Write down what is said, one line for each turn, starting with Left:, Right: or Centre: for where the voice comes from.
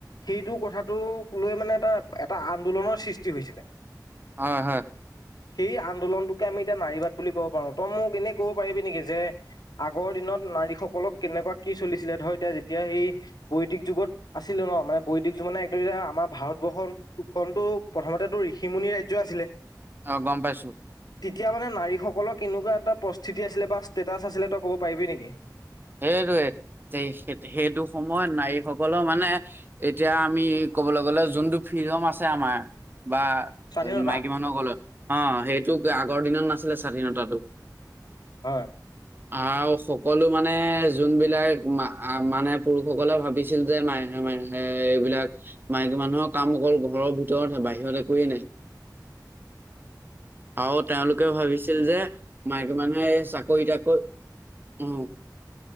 Left: সেইটো কথাটোক লৈ মানে এটা এটা আন্দোলনৰ সৃষ্টি হৈছিলে
Right: হয় হয়।
Left: সেই আন্দোলনটোকে আমি এতিয়া নাৰী বাদ বুলি ক'ব পাৰোঁ তই মোক এনে ক'ব পাৰিবি নেকি যে আগৰ দিনত নাৰীসকলক কেনেকুৱা কি চলিছিলে ধৰ এতিয়া যেতিয়া এই বৈদিক যুগত আছিলে ন মানে বৈদিক কিছুমানে একদ আমাৰ ভাৰতবৰ্ষতটো প্ৰথমতেটো ঋষিমুনিৰ ৰাজ্য আছিলে।
Right: অ গম পাইছোঁ
Left: তেতিয়া মানে নাৰীসকলৰ কেনেকুৱা এটা প্ৰস্তিতি আছিলে বা ষ্টেটাচ আছিলে তই ক'ব পাৰিবি নেকি?
Right: সেইটোৱে এই সেই সেইটো সময়ত নাৰীসকলৰ মানে এতিয়া আমি ক'বলৈ গ'লে যোনটো ফ্ৰিডম আছে আমাৰ বা,
Left: স্বাধীনতা
Right: মাইকী মানুহক কলে অ সেইটোকে আগৰ দিনত নাছিলে স্বাধীনতাটো।
Left: হয়।
Right: আহ সকলো মানে মে যোনবিলাক মানে পুৰুষসকলে ভাবিছিল যে মে ম এইবিলাক মাইকী মানুহৰ কাম অকল ঘৰৰ ভিতৰতহে বাহিৰত একোৱেই নাই আৰু তেওঁলোকে ভাবিছিল যে মাইকী মানুহে এই চ কৰিটাক ক অ